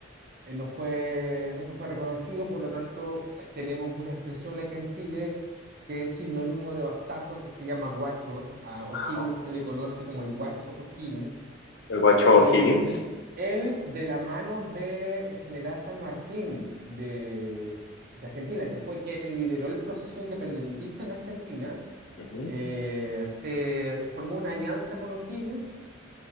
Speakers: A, on the right; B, on the left.
A: eh, no fue, nunca fue reconocido, por lo tanto, eh, tenemos una expresión aquí en Chile que es sinónimo de bastardo que se llama guacho. A O'Higgins
B: ajá.
A: se le conoce como el guacho O'Higgins.
B: El guacho
A: Y
B: Higgins,
A: él, de la mano del general San Martín de, de Argentina, que fue quien lideró el proceso independentista en Argentina,
B: uh-huh.
A: eh, se formó una alianza con O'Higgins